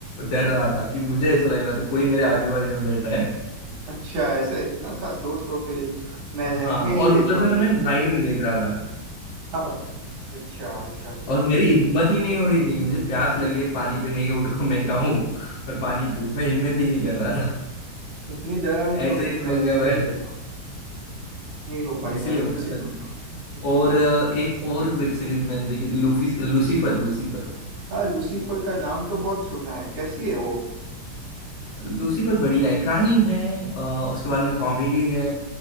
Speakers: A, on the left (about 75°); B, on the right (about 85°).
A: डर रहा था कि मुझे ऐसा लग रहा था कोई मेरे आजू बाजू में बैठा है
B: अच्छा ऐसा इतना था तो तो फिर मैं रहने
A: हाँ और
B: ही देता
A: ऊपर
B: हूँ
A: से ना
B: ये
A: मैं नाइट
B: <laughs>
A: में देख रहा था
B: हाँ, अच्छा अच्छा जी
A: और मेरी हिम्मत ही नहीं हो रही थी कि मुझे प्यास लगी है पानी पीने की उठ को मैं जाऊं और पानी पीऊं मैं हिम्मत ही नहीं कर रहा था
B: इतनी डरावनी
A: ऐसे
B: तो
A: ही
B: फिर
A: सो
B: मैं रहने
A: गया मैं
B: ही देता हूँ नहीं हो पाएगा
A: इसलिए
B: मुझसे
A: होता है
B: तो <laughs>
A: और अ, एक और वेब सीरीज मैंने देखी थी लूफी लूसीफर लूसीफर
B: हाँ लूसीफर का नाम तो बहुत सुना है कैसी है वो
A: लूसीफर बढ़िया है क्राइम है अ, उसके बाद में कॉमेडी है